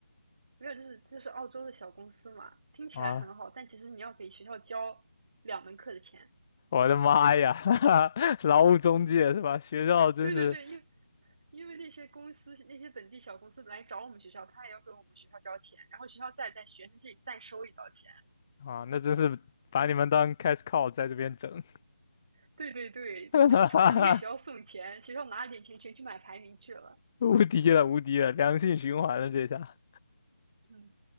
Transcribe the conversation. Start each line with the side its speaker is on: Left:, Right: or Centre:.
Right: 没有就是就是澳洲的小公司嘛，听起来很好，
Left: 啊，
Right: 但其实你要给学校交两门课的钱。
Left: 我的妈呀，<laughs> 劳务中介是吧？学校真是
Right: 对对对，因为因为那些公司、那些本地小公司来找我们学校，他也要给我们学校交钱，然后学校再在学生这里再收一道钱。
Left: 啊，那真是把你们当 cash cow 在这边整，
Right: 对对对，
Left: <laughs>
Right: 就是纯给学校送钱，学校拿了点钱全去买排名去了，
Left: 无敌了，无敌了，良性循环了这下。
Right: 嗯，